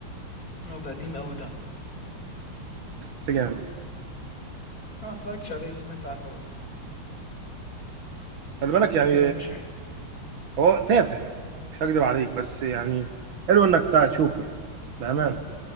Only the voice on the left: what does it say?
اه ده قديم أوي ده
أنا متفرجتش عليه سمعت عنه بس
شفت
له كده مشاهد